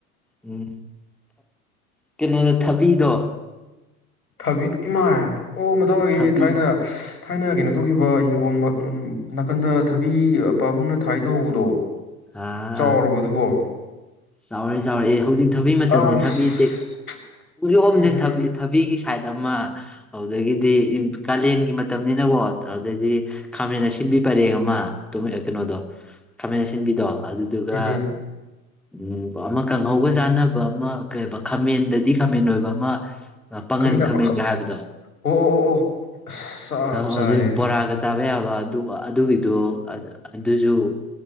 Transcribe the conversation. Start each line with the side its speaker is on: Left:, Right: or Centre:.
Centre: ꯎꯝ ꯀꯩꯅꯣꯗ ꯊꯕꯤꯗꯣ
Left: ꯊꯕꯤ ꯏꯃꯥ ꯑꯣ ꯃꯇꯥꯎꯍꯣꯏꯒꯤ
Centre: ꯊꯕꯤ
Left: ꯊꯥꯏꯅ ꯊꯥꯏꯅ ꯀꯩꯅꯣ ꯇꯧꯈꯤꯕ ꯍꯤꯡꯒꯣꯜ ꯅꯥꯀꯟꯗ ꯊꯕꯤ ꯄꯥꯕꯨꯡꯅ ꯊꯥꯏ ꯇꯧꯍꯧꯕꯗꯣ
Centre: ꯑꯥ
Left: ꯆꯥꯎꯔꯕꯗꯨꯕꯣ
Centre: ꯆꯥꯎꯔꯦ ꯆꯥꯎꯔꯦ ꯑꯦ ꯍꯧꯖꯤꯛꯇ ꯊꯕꯤ ꯃꯇꯝꯅꯤꯅꯦ
Left: ꯑꯁ
Centre: ꯊꯕꯤ ꯇꯦꯛ ꯍꯧꯖꯤꯛ ꯎꯣꯝꯗꯦ
Left: ꯎꯝ
Centre: ꯊꯕꯤꯒꯤ ꯁꯥꯏꯠ ꯑꯃ ꯑꯗꯨꯗꯒꯤꯗꯤ ꯀꯥꯂꯦꯟꯒꯤ ꯃꯇꯝꯅꯤꯅꯀꯣ ꯑꯗꯨꯗꯩꯗꯤ ꯈꯥꯃꯦꯟ ꯑꯁꯤꯟꯕꯤ ꯄꯔꯦꯡ ꯑꯃ ꯀꯩꯅꯣꯗꯣ ꯈꯥꯃꯦꯟ ꯑꯁꯤꯟꯕꯤꯗꯣ ꯑꯗꯨꯗꯨꯒ
Left: ꯎꯝ ꯎꯝ
Centre: ꯎꯝ ꯑꯃ ꯀꯥꯡꯍꯧꯒ ꯆꯥꯅꯕ ꯑꯃ ꯀꯩ ꯈꯥꯃꯦꯟꯗꯗꯤ ꯈꯥꯃꯦꯟ ꯑꯣꯏꯕ ꯑꯃ ꯄꯥꯉꯟ
Left: ꯈꯥꯃꯤꯅ
Centre: ꯈꯥꯃꯦꯟꯒ
Left: ꯑꯣ
Centre: ꯍꯥꯏꯕꯗꯣ
Left: ꯑꯣ ꯑꯣ ꯑꯣ ꯑꯁ ꯆꯞ ꯆꯥꯔꯦ
Centre: ꯍꯧꯖꯤꯛ ꯕꯣꯔꯥꯒ ꯆꯥꯕ ꯌꯥꯕ ꯑꯗꯨ ꯑꯗꯨꯒꯤꯗꯨ ꯑꯗꯨꯁꯨ